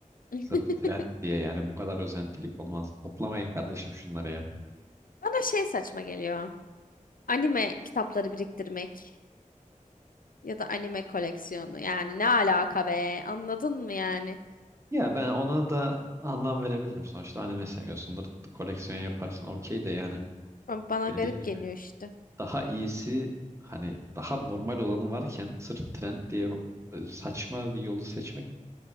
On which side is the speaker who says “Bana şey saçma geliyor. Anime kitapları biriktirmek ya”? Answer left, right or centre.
Left